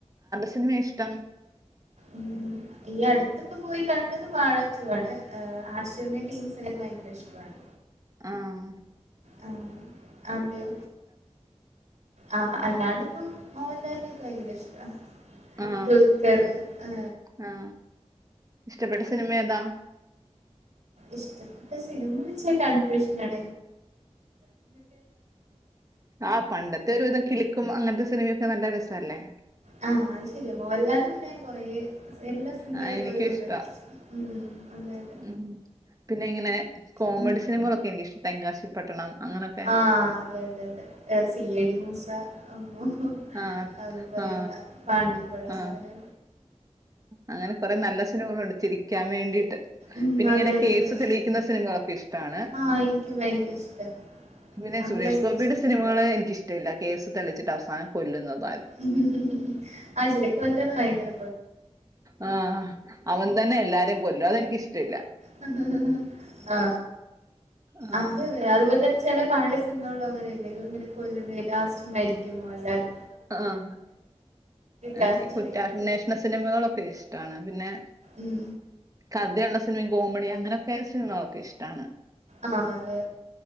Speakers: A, on the right; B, on the right.
A: സിനിമേ ഇഷ്ടം
B: ഉം ഈ അടുത്ത്പ്പൊ പോയി കണ്ടത് വാഴാ റ്റു ആണ് ആ ആഷിറന്റെ ടീംസിനക്ക് വയങ്കര ഇഷ്ടുവാണ്
A: ആഹ
B: ആ അവിടെയൊ ആ അല്ലാണ്ടിപ്പം മോലാലിന്റെ ഭയങ്കര ഇഷ്ട
A: ആ
B: ദുൽഖറ് ആ
A: ആ ഇഷ്ടപ്പെട്ട സിനിമേതാ
B: ഇഷ്ടപ്പെട്ട സിനിമ വെച്ച കൺഫ്യൂഷനാണ
A: ആ പണ്ടത്തെ ഒരുവിധം കിലുക്കും അങ്ങനത്തെ സിനിമയൊക്കെ നല്ല രസവല്ലേ
B: ആ അയ് ശരിയാ മോഹൻലാലിന് പിന്നെ ഞാൻ കൊറേ സില്ല സിനിമയും
A: ആ എനിക്കും
B: <unintelligible>
A: ഇഷ്ടാ
B: അതെ അതെ
A: ഉം പിന്നെ ഇങ്ങനെ കോമഡി
B: ഉം
A: സിനിമകളൊക്കെ എനിക്കിഷ്ട തെങ്കാശി പട്ടണം അങ്ങനൊക്കെ
B: ആ അതെ അതെ അതെ ഏ സീയേടി മൂസ അമ്മൊ
A: ആ ആ
B: അതൊന്നും പറയണ്ട
A: ആ
B: പാണ്ടിപ്പട
A: ആ
B: അങ്ങനെ
A: അങ്ങനെ കൊറെ നല്ല സിനിമകളുണ്ട് ചിരിക്കാൻ വേണ്ടിട്ട്
B: ഉം
A: പിന്നെ ഇങ്ങനെ
B: അതെ അതെ
A: കേസ്
B: അതെ
A: തെളിയിക്കുന്ന സിനിമകളൊക്കെ ഇഷ്ടാണ്
B: ആഹ് ഇൻക്കും ഭയങ്കര ഇഷ്ടാ
A: പിന്നെ
B: അത്
A: സുരേഷ്
B: ഭയങ്കര
A: ഗോപിടെ സിനിമകള് എനിക്കിഷ്ടവില്ല കേസ് തെളിച്ചിട്ട് അവസാനം കൊല്ലുന്നത്
B: <unintelligible> അയ്ശരിയാ കൊല്ലുന്നത് വെയങ്കര
A: ആ അവൻ തന്നെ എല്ലാരേം കൊല്ലു അതെനിക്കിഷ്ടവില്ല
B: <unintelligible> ആ
A: ആഹ്
B: അതതെ അതുപോലെ തന്നെ ചെല പഴയ സിനിമകളോ അങ്ങനെല്ലെ ഇങ്ങനെ കൊല്ലുന്നെ ലാസ്റ്റ് മരിക്കും മോഹലാല്
A: ആഹ
B: കരച്ചിലൊക്കെ
A: എനിക്ക് കുറ്റാന്വേഷണ സിനിമകളൊക്കെ ഇഷ്ടാണ് പിന്നെ
B: ഉം
A: ആദ്ധ്യള്ള സിനിമയും കോമഡി അങ്ങനൊക്കെ സിന്മളൊക്കെ ഇഷ്ട്ടാണ്
B: ആാതേ